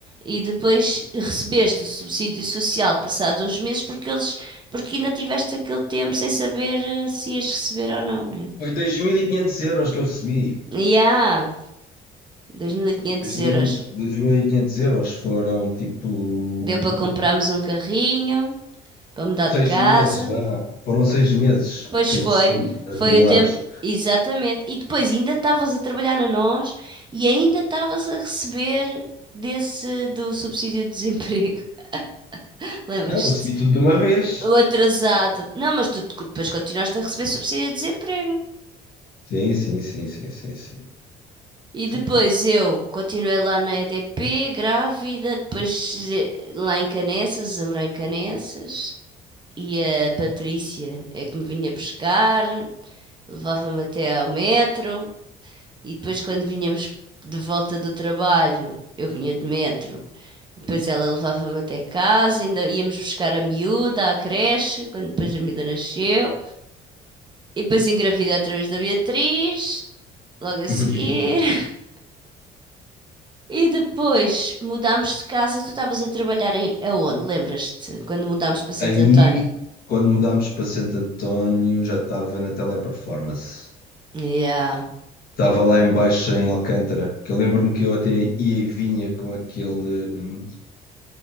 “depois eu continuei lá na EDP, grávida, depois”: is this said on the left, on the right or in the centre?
Right